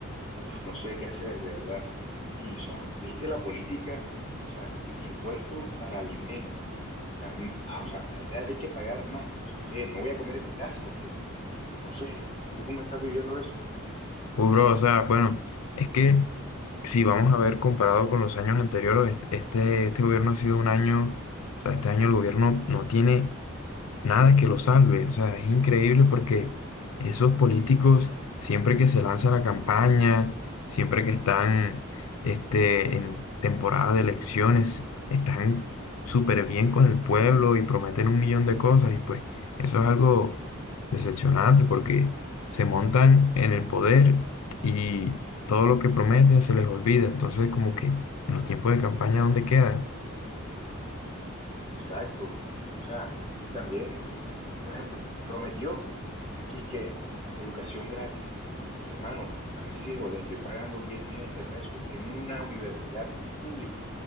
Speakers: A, on the left (about 30°); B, on the left (about 80°).
A: uf, no sé qué hacer, de verdad. Y, o sea, ¿viste la política? O sea, impuesto para alimentos O sea, m- ah, o sea, aparte hay que pagar más. O sea, ¿qué? ¿No voy a comer en mi casa o qué? No sé. ¿Tú cómo estás viviendo eso?
B: Uh, bro, o sea, bueno, es que Si vamos a ver comparado con los años anteriores, este, este gobierno ha sido un año, o sea, este año el gobierno no tiene nada que lo salve. O sea, es increíble porque esos políticos, siempre que se lanzan a campaña, siempre que están este, en temporada de elecciones, están súper bien con el pueblo y prometen un millón de cosas. Y pues eso es algo decepcionante porque se montan en el poder y todo lo que prometen se les olvida. Entonces, como que en los tiempos de campaña, ¿dónde quedan?
A: Exacto. O sea, y también, por ejemplo, prometió Quique, educación gratis. Hermano, a mis hijos les estoy pagando 10 millones de pesos en una universidad pública.